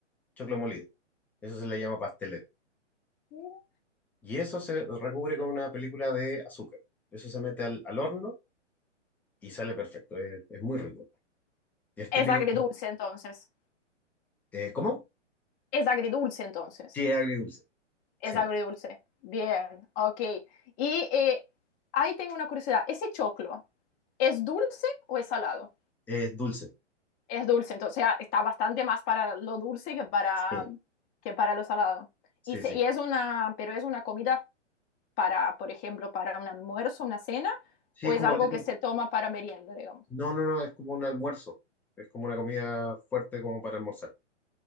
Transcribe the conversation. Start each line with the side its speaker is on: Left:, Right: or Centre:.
Centre: choclo molido. Eso se le llama pastelera.
Left: Mira.
Centre: Y eso se recubre con una película de azúcar. Eso se mete al, al horno y sale perfecto. Es, es muy rico. Y es
Left: Es
Centre: típico.
Left: agridulce entonces.
Centre: eh, ¿cómo?
Left: Es agridulce entonces.
Centre: Sí, es agridulce.
Left: Es
Centre: Sí,
Left: agridulce. Bien, ok. Y eh, ahí tengo una curiosidad. ¿Ese choclo es dulce o es salado?
Centre: es dulce.
Left: Es dulce, entonces ah, está bastante más para lo dulce que para,
Centre: Sí,
Left: que para lo salado.
Centre: sí,
Left: Y, se-
Centre: sí.
Left: y es una, pero es una comida para, por ejemplo, para un almuerzo, una cena,
Centre: Sí,
Left: o
Centre: es
Left: es
Centre: como
Left: algo
Centre: tipo.
Left: que se toma para merienda, digamos.
Centre: No, no, no, es como un almuerzo. Es como una comida fuerte como para almorzar.